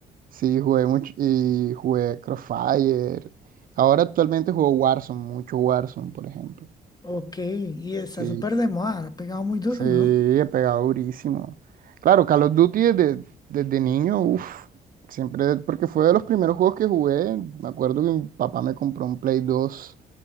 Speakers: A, on the right; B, on the left.
A: sí, jugué mucho y jugué Crossfire. Ahora actualmente juego Warzone, mucho Warzone, por ejemplo.
B: Ok. Y está
A: Sí,
B: súper de moda, ha pegado muy duro,
A: sí,
B: ¿no?
A: he pegado durísimo. Claro, Call of Duty desde, desde niño, uff, siempre, porque fue de los primeros juegos que jugué. Me acuerdo que mi papá me compró un Play 2